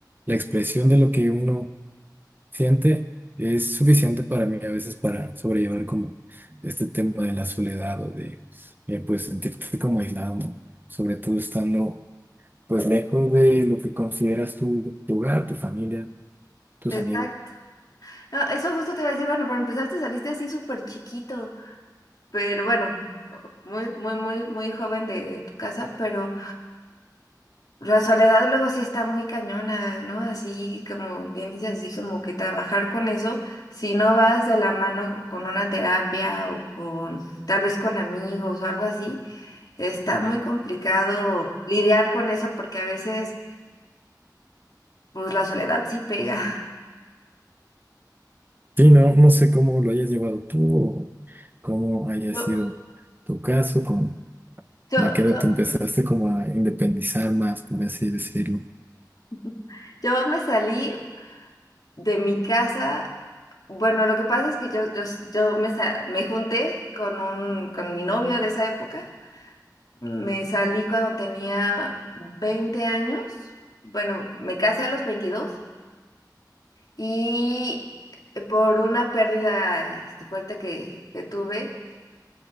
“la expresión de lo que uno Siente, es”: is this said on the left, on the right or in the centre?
Right